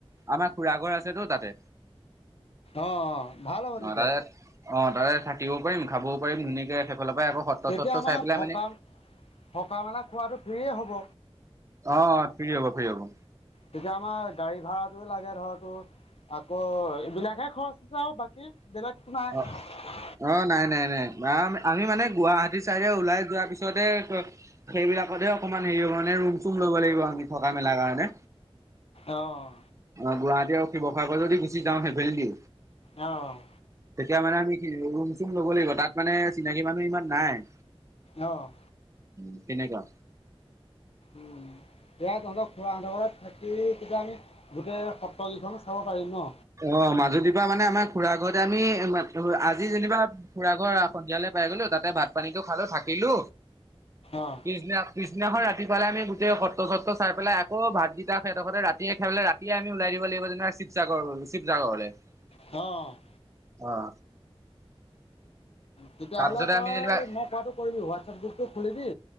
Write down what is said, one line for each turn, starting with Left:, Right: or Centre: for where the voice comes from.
Right: আমাৰ খুৰা ঘৰ আছেতো তাতে।
Left: অ', অ', ভাল হ'ব তেতিয়া।
Right: অ তাতে অ', তাৰে থাকিবও পাৰিম, খাবও পাৰিম, ধুনীয়াকে এক সেইফালৰ পৰাই আকৌ সত্ৰ
Left: তেতিয়া
Right: চত্ৰ
Left: আমাৰ
Right: চাই পেলাই
Left: থকা-থকা,
Right: মানে
Left: মেলা, খোৱাটো ফ্ৰিয়েই হ'ব?
Right: অ', ফ্ৰী হ'ব, ফ্ৰী হ'ব।
Left: তেতিয়া আমাৰ গাড়ী ভাড়াটোও লাগে ধৰ তোৰ আকৌ এইবিলাকহে খৰচ আছে আৰু বাকী তোমাৰ
Right: অ অ নাই নাই নাই আমি মানে গুৱাহাটী চাইডে ওলাই যোৱাৰ পিছতে। সেইবিলাকতহে অকনমান হেৰি হ'ব মানে ৰুম, চুম ল'ব লাগিব আমি থকা, মেলা কাৰণে।
Left: আহ
Right: অ গুৱাহাটী আৰু শিৱসাগৰ যদি গুচি যাওঁ সেইফাল দি-
Left: অ'।
Right: তেতিয়া মানে আমি ৰুম চুম ল'ব লাগিব তাত মানে চিনাকি মানুহ ইমান নাই
Left: অ'।
Right: উম তেনেকুৱা
Left: উম এয়া তহঁতক খুৰা আধ ঘত থাকি তেতিয়া আমি গোটেই সত্ৰকেইখনো চাব পাৰিম ন
Right: অ' মাজুলীৰ পৰা মানে আমাৰ খুৰা ঘৰতে আমি আজি যেনিবা খুৰা ঘৰ সন্ধিয়ালে পাই গলো তাতে ভাত পানীটো খালো থাকিলো
Left: অ',
Right: পিছদিনা পিছদিনাখন ৰাতিপুৱালে আমি গোটে সত্ৰ চত্ৰ চাই পেলাই আকৌ ভাতকেইটা সেত ঘৰতে ৰাতিয়ে খাইে পেলে ৰাতিয়ে আমি ওলাই দিম। <unintelligible> শিৱসাগৰ <unintelligible>
Left: অ'
Right: অ'।
Left: তেতিয়াহ'লে
Right: তাৰপিছতে
Left: তই
Right: আমি যেনিবা
Left: মই কোৱাটো কৰিবি হোৱাটছএপ গ্ৰুপটো খুলিবি।